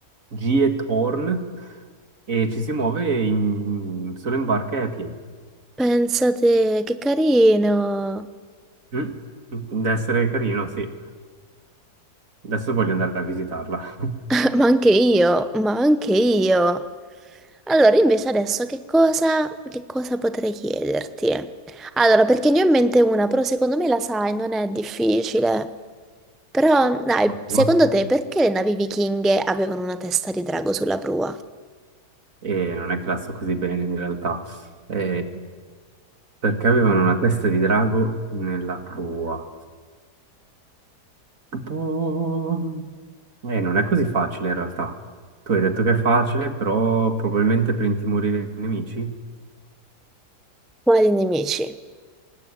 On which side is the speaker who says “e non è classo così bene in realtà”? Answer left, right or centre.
Right